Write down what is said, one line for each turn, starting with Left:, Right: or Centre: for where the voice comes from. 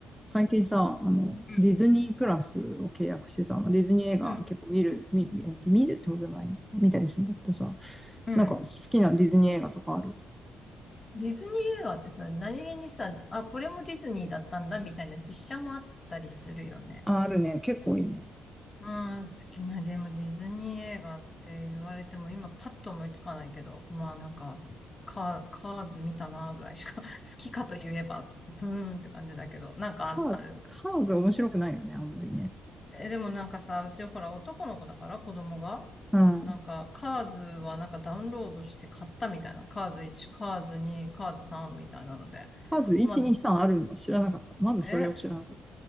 Centre: 最近さ、あの、
Left: う
Centre: ディズニープラスを契約してさ、ディズニー映画結構見る、
Left: ん、
Centre: 見、見見るってことでもないね。見たりするんだけどさ、
Left: うん、
Centre: なんか好きなディズニー映画とかある。
Left: ディズニー映画ってさ、何気にさ、あ、これもディズニーだったんだみたいな実写もあったりするよね。
Centre: あ、あるね。結構いいね。
Left: まあ、好きな、でもディズニー映画って言われても今パッと思いつかないけど、まあなんか、カー、カーズ見たなぐらいしか、<laughs> 好きかと言えば、うーんって感じだけど、なんかあ、
Centre: カーズ、
Left: ある。
Centre: カーズ面白くないよね、あんまりね。
Left: え、でもなんかさ、うちほら男の子だから子供が、
Centre: うん。
Left: なんかカーズはなんかダウンロードして買ったみたいな、カーズ1、カーズ2、カーズ3みたいなので、
Centre: カーズ1、
Left: まあ
Centre: 2、3あるのは知らなかった。まずそれを知らなかっ
Left: え、